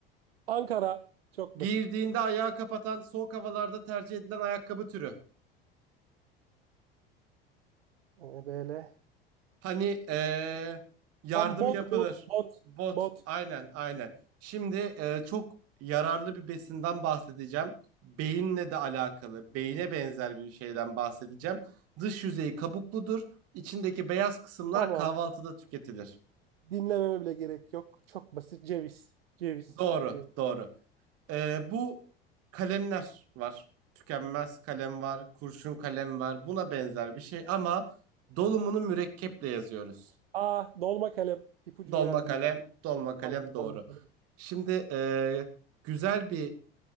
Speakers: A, on the right (about 75°); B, on the right (about 50°).
A: Ankara çok
B: Giyildiğinde
A: basit.
B: ayağı kapatan soğuk havalarda tercih edilen ayakkabı türü.
A: Ee, böyle
B: Hani
A: şey.
B: eee, yardım
A: Tam bot
B: yapılır.
A: bot bot
B: Bot.
A: bot.
B: Aynen, aynen. Şimdi eee, çok yararlı bir besinden bahsedeceğim. Beyinle de alakalı, beyine benzer bir şeyden bahsedeceğim. Dış yüzeyi kabukludur. İçindeki beyaz kısımlar
A: Tamam.
B: kahvaltıda tüketilir.
A: Dinlememe bile gerek yok. Çok basit. Ceviz. Ceviz.
B: Doğru,
A: Ceviz.
B: doğru. Eee, bu kalemler var. Tükenmez kalem var, kurşun kalem var. Buna benzer bir şey ama dolumunu mürekkeple yazıyoruz.
A: Aa dolma kalem. İpucu
B: Dolma
A: verdiniz.
B: kalem, dolma kalem
A: Tamam
B: doğru.
A: dolma kalem.
B: Şimdi e, güzel bir